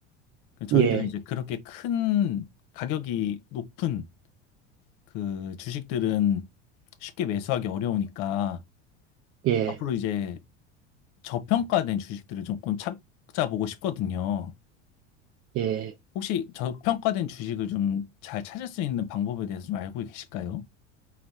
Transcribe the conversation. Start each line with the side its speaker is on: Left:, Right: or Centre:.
Left: 그 저희들은
Right: 예,
Left: 이제 그렇게 큰 가격이 높은 그 주식들은 쉽게 매수하기 어려우니까
Right: 예, 예.
Left: 앞으로 이제 저평가된 주식들을 조금 찾아보고 싶거든요.
Right: 예.
Left: 혹시 저평가된 주식을 좀 잘 찾을 수 있는 방법에 대해서 좀 알고 계실까요?